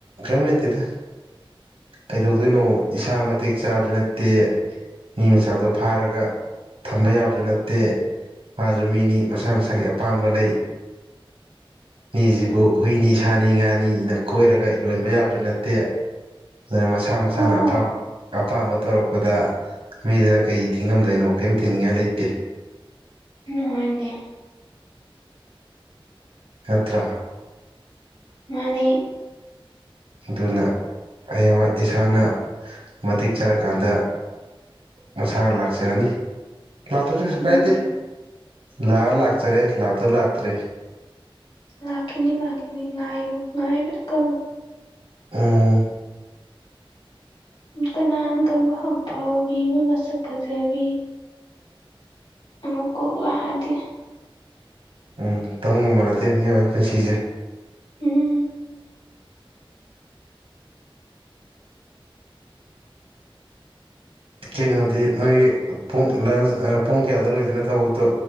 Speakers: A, on the right (about 80°); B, on the left (about 75°).
A: ꯀꯩꯃꯤ ꯂꯩꯇꯦꯗ ꯀꯩꯗꯧꯗꯣꯏꯅꯣ ꯏꯁꯥ ꯃꯇꯤꯛ ꯆꯥꯕꯁꯨ ꯅꯠꯇꯦ ꯃꯤ ꯃꯆꯥꯛꯗꯣ ꯐꯥꯔꯒ ꯊꯝꯕ ꯌꯥꯕꯁꯨ ꯅꯠꯇꯦ ꯃꯥꯁꯨ ꯃꯤꯅꯤ ꯃꯁꯥ ꯃꯁꯥꯒꯤ ꯑꯄꯥꯝꯕ ꯂꯩ ꯃꯤꯁꯤꯕꯨ ꯍꯨꯏꯅꯤ ꯁꯥꯅꯤ ꯉꯥꯅꯤꯅ ꯀꯣꯏꯔꯒ ꯌꯣꯟꯕ ꯌꯥꯕꯁꯨ ꯅꯠꯇꯦ ꯑꯗꯨꯅ ꯃꯁꯥ ꯃꯁꯥꯅ
B: ꯑꯣ ꯑꯣ
A: ꯑꯄꯥꯝꯕ ꯑꯄꯥꯝꯕ ꯇꯧꯔꯛꯄꯗ ꯃꯤꯗꯨꯅ ꯀꯩ ꯊꯤꯡꯉꯝꯗꯣꯏꯅꯣ ꯀꯔꯤꯝ ꯊꯤꯅꯤꯡꯉꯥꯏ ꯂꯩꯇꯦ
B: ꯅꯍꯣꯏꯅꯦ
A: ꯌꯥꯠꯇ
B: ꯃꯥꯅꯤ
A: ꯑꯗꯨꯅ ꯑꯩꯌꯦꯡ ꯏꯁꯥꯅ ꯃꯇꯤꯛ ꯆꯥꯔꯀꯥꯟꯗ ꯃꯁꯥꯅ ꯂꯥꯛꯆꯔꯅꯤ ꯂꯥꯛꯇꯁꯨ ꯀꯩꯁꯨ
B: ꯎꯝ
A: ꯀꯥꯏꯗꯦ ꯂꯥꯛꯑ ꯂꯥꯛꯇꯔꯦ ꯂꯥꯛꯇ ꯂꯥꯛꯇꯔꯦ
B: ꯂꯥꯛꯈꯤꯅꯤ ꯂꯥꯛꯈꯤꯅꯤ ꯉꯥꯏ ꯉꯥꯏꯕꯔ ꯀꯜ
A: ꯑ
B: ꯀ ꯅꯥꯟ ꯀ ꯃꯄꯕꯤ ꯃ ꯃꯁꯛ ꯐꯖꯦꯕꯤ ꯑꯃ ꯀꯗꯤꯦ
A: ꯎꯝ ꯇꯧꯒꯝꯕ ꯅꯠꯇꯦ ꯃꯤꯑꯣꯏꯕ ꯄꯨꯟꯁꯤꯁꯦ
B: ꯎꯝ
A: ꯀꯩꯅꯣꯗꯤ ꯅꯣꯏꯒꯤ ꯄꯨꯡ ꯂ ꯄꯨꯡ ꯀꯌꯥꯗ ꯂꯣꯏꯗꯣꯏꯅꯣ ꯊꯕꯛꯇꯣ